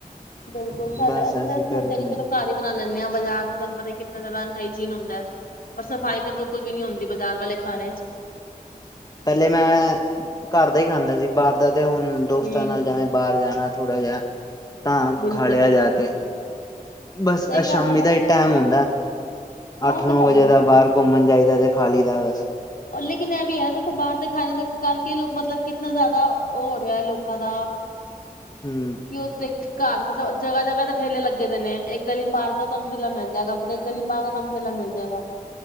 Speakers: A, on the left; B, on the left.
A: ਬਿਲਕੁਲ ਸਾਡੇ
B: ਬਸ
A: ਅਸੀਂ ਤਾਂ ਸੋਚਦੇ
B: ਕਰਕੇ
A: ਹਾਂ ਕਿ
B: ਆਏ।
A: ਚਲੋ ਘਰ ਈ ਬਣਾ ਲੈਂਨੇ ਆ, ਬਾਜ਼ਾਰਾਂ ਤੇ ਤੁਹਾਨੂੰ ਪਤਾ ਈ ਕਿਤਨਾ ਜ਼ਿਆਦਾ ਅਨਹਾਈਜੀਨ ਹੁੰਦਾ ਐ। ਓਰ ਸਫ਼ਾਈ ਤੇ ਬਿਲਕੁਲ ਵੀ ਨੀ ਹੁੰਦੀ ਬਜ਼ਾਰ ਵਾਲੇ ਖਾਣੇ ਚ
B: ਪਹਿਲੇ ਮੈਂ ਘਰ ਦਾ ਈ ਖਾਂਦਾ ਸੀ, ਬਾਹਰ ਦਾ ਤੇ ਹੁਣ ਦੋਸਤਾਂ
A: ਹਮ
B: ਨਾਲ ਜੈਵੇ ਬਾਹਰ ਜਾਣਾ ਥੋੜਾ ਜਾ, ਤਾਂ
A: ਬਿਲਕੁਲ
B: ਖਾਲਿਆ
A: ਬਿਲਕੁਲ
B: ਜਾ ਕੇ ਬਸ
A: ਸਹੀ
B: ਐ
A: ਗੱਲ
B: ਸ਼ਾਮੀ
A: ਹੈ ਵੈਸੇ
B: ਦਾ ਈ ਟੈਮ
A: ਤਾਂ
B: ਹੁੰਦਾ,
A: ਆਹ
B: ਅੱਠ
A: ਉਹ ਤਾਂ
B: ਨੌ
A: ਹੈ
B: ਵਜੇ
A: ਹੀ
B: ਦਾ
A: ਹੈ
B: ਬਾਹਰ ਘੁੰਮਣ ਜਾਏ ਦਾ ਤੇ, ਖਾਲੀ ਦਾ ਬਸ।
A: ਲੇਕਿਨ ਐਹ ਵੀ ਐ ਨਾ ਦੇਖੋ ਬਾਹਰ ਦਾ ਖਾਂਣੇ ਦਾ ਕਰਕੇ, ਮਤਲਬ ਕਿਤਨਾ ਜ਼ਿਆਦਾ ਔਹ ਰਿਹਾ ਲੋਕਾਂ ਦਾ।
B: ਹੂੰ।
A: ਕਿ ਉਸਦੇ ਘਰ ਮਤਲਬ ਜਗਾ -ਜਗਾ ਤੇ ਠੇਲੇ ਲੱਗੇ ਦੇ ਨੇ, ਇੱਕ ਗਲੀ ਪਾਰ ਕਰੋ ਤੁਹਾਨੂੰ ਠੇਲਾ ਮਿਲ ਜਾਏਗਾ, ਫੇਰ ਇਕ ਗਲੀ ਪਾਰਕ ਚ' ਥੋਨੂੰ ਠੇਲਾ ਮਿਲ ਜਾਏਗਾ।